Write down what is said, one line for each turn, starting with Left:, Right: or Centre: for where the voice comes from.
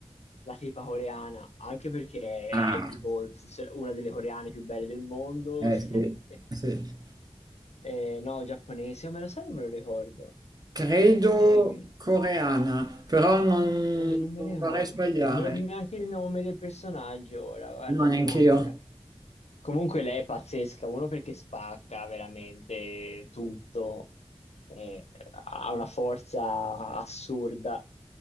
Left: la tipa coreana, anche perché
Right: Ah,
Left: è tipo il fusse- una delle coreane più belle del mondo,
Right: eh
Left: <laughs>
Right: sì, sì.
Left: Eh, no, giapponese, o me lo sa, non me lo ricordo.
Right: credo
Left: Ehm,
Right: coreana, però non,
Left: eh, non mi
Right: non
Left: ricordo,
Right: vorrei sbagliare.
Left: non mi ricordo neanche il nome del personaggio ora, guarda,
Right: No, neanch'io.
Left: mi manca. Comunque lei è pazzesca, uno perché spacca veramente tutto, eh, ha una forza assurda.